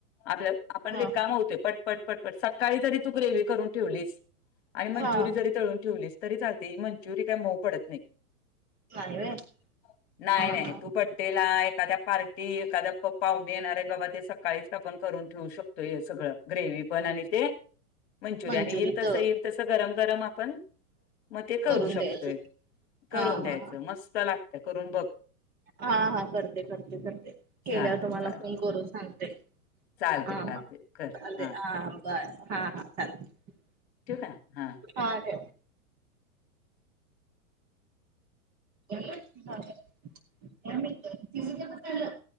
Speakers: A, on the left (about 45°); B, on the right (about 20°).
A: आप आपण
B: हां
A: रिकामा होत पण ट पटपट सकाळी जरी तू ग्रेव करून ठेवली मंु
B: हां
A: तळून ठेवलीच तरी चालते मंचुरिय काय मऊ पडत नाही. <inaudible>
B: नाही व्हय
A: नाही
B: हां
A: नाही
B: हां
A: तू बड्डे ला एखाद्या पार्टी एखाद्या प. पाहणे येणार आहेत बाबा ते सकाळीच आपण करून ठेवू शकतो हे सगळं ग्रेव पण आणि ते मंचुरियन
B: मंचुरीच
A: येईल तसं येईल तसं गरम गरम आपण <inaudible> मग ते करू
B: करून
A: शकतोय.
B: द्यायचं
A: करून
B: हां
A: द्यायचं
B: हां
A: मस्त लागत करून बघ
B: हा हा करते करते करते केल्यावर
A: चालते
B: तुम्हाला
A: चालते
B: फोन करून सांगते. <unintelligible>
A: चालते चालते कर हा टीवू का?
B: हा हा ठेव. त मम्मी तिचे दे बरं तेवढं,